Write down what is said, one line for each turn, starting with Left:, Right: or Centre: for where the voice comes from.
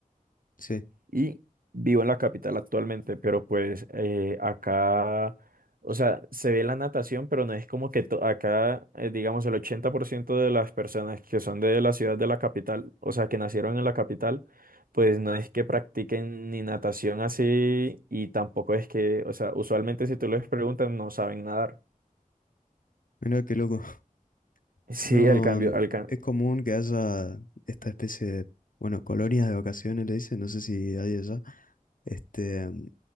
Left: sí,
Right: y vivo en la capital actualmente, pero pues eh, acá, o sea, se ve la natación, pero no es como que to- acá, eh, digamos, el 80% de las personas que son de la ciudad de la capital, o sea, que nacieron en la capital, pues no es que practiquen ni natación así y tampoco es que, o sea, usualmente si tú les preguntas no saben nadar. <laughs>
Left: mira qué loco. <laughs>
Right: Sí,
Left: No,
Right: el cambio,
Left: mm,
Right: el cam-
Left: es común que haya esta especie de, bueno, colonias de vacaciones, le dicen, no sé si hay allá, este, mm,